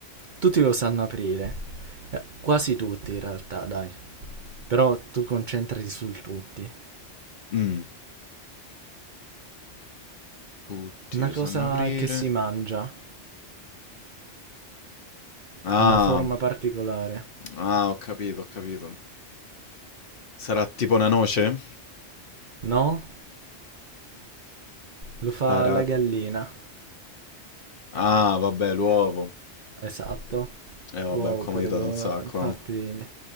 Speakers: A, on the right; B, on the left.
A: tutti lo sanno aprire. Eh, quasi tutti in realtà, dai. Però tu concentrati sul tutti.
B: Mm, tutti
A: Una
B: lo
A: cosa
B: sanno aprire.
A: che si mangia,
B: Ah,
A: una forma particolare.
B: ah, ho capito, ho capito. Sarà tipo una noce?
A: No? Lo fa
B: Sarà...
A: la gallina.
B: Ah, vabbè, l'uovo.
A: Esatto.
B: Eh, vabbè,
A: Wow,
B: qua
A: pure
B: mi ha aiutato
A: lo...
B: un sacco.
A: Infatti...
B: eh.